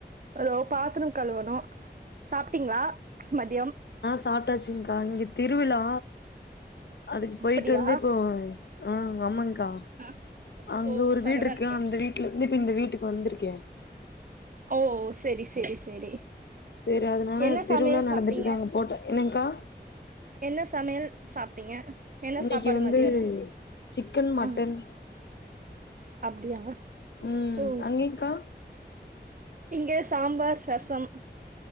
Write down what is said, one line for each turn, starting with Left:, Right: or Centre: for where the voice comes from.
Right: ஏதோ பாத்திரம் கழுவணும் சாப்டீங்ளா மதியம்
Left: சாப்புட்டாச்சுங்கா இங்க திருவிழா அதுக்கு போயிட்டு
Right: அப்படியா
Left: வந்து இப்போ ஹா ஆமாங்க கா
Right: அ
Left: அங்க
Right: ஓ
Left: ஒரு
Right: பரவாயில்லையே
Left: வீடு இருக்கு அந்த வீட்டுல இருந்து இந்த வீட்டுக்கு வந்திருக்கே
Right: ஓ செரி செரி செரி
Left: செரி அதனால
Right: என்ன
Left: திருவிழா
Right: சமையல்
Left: நடந்துட்டு
Right: சாப்ட்டீங்க
Left: இருக்கு அங்க போட்ட என்னங்கா
Right: என்ன சமையல் சாப்ட்டீங்க என்ன
Left: இன்னைக்கு
Right: சாப்பாடு
Left: வந்து
Right: மதியானம்
Left: சிக்கன் மட்டன்
Right: ஆஹ் அப்படியா
Left: ம்
Right: ஓ
Left: அங்கேங்க்கா
Right: இங்க சாம்பார் ரசம்